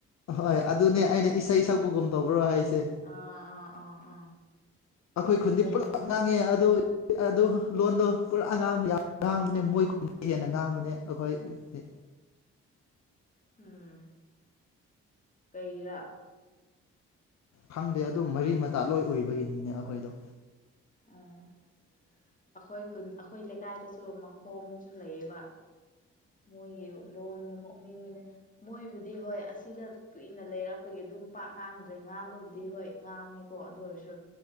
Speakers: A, on the left (about 55°); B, on the left (about 25°).
A: ꯍꯣꯏ ꯑꯗꯨꯅꯦ ꯑꯩꯅ ꯏꯁꯩ ꯁꯛꯄꯒꯨꯝ ꯇꯧꯕ꯭ꯔꯣ ꯍꯥꯏꯁ
B: ꯑꯥ ꯑꯥ ꯑꯥ ꯑꯥ
A: ꯑꯩꯈꯣꯏ ꯈꯨꯟꯗꯤ
B: ꯐꯩꯕꯅꯦ
A: ꯄꯨꯂꯞ ꯉꯥꯡꯉꯦ ꯑꯗꯣ ꯑꯗꯨ ꯂꯣꯟꯗꯣ ꯄꯨꯔꯥ ꯑꯉꯥꯡ ꯃꯌꯥꯝ ꯉꯥꯡꯕꯅꯦ ꯃꯣꯏ ꯈꯨꯟꯅ ꯍꯦꯟꯅ ꯉꯥꯡꯕꯅꯦ ꯑꯩꯈꯣꯏ ꯑꯦ
B: ꯎꯝ ꯀꯩꯒꯤꯔꯥ
A: ꯈꯪꯗꯦ ꯑꯗꯨꯝ ꯃꯔꯤ- ꯃꯇꯥ ꯂꯣꯏ ꯑꯣꯏꯕꯒꯤꯅꯤꯅꯦ ꯑꯩꯈꯣꯏꯗꯣ
B: ꯑꯥꯑꯥ ꯑꯩꯈꯣꯏ ꯈꯨꯟ ꯑꯩꯈꯣꯏ ꯂꯩꯀꯥꯏꯗꯖꯨ ꯃꯈꯣꯝꯖꯨ ꯂꯩꯌꯦꯕ ꯃꯣꯏꯒꯤ ꯂꯣꯟꯗꯣ ꯅꯣꯛꯅꯤꯡꯕꯅꯦ ꯃꯣꯏꯕꯨꯗꯤ ꯍꯣꯏ ꯑꯁꯤꯗ ꯀꯨꯏꯅ ꯂꯩꯔꯛꯄꯒꯤ ꯑꯗꯨꯝ ꯄꯥꯛ ꯉꯥꯡꯗ꯭ꯔꯦ ꯉꯥꯡꯕꯕꯨꯗꯤ ꯍꯣꯏ ꯉꯥꯡꯉꯤ ꯀꯣ ꯑꯗꯨ ꯑꯣꯏꯔꯗꯨ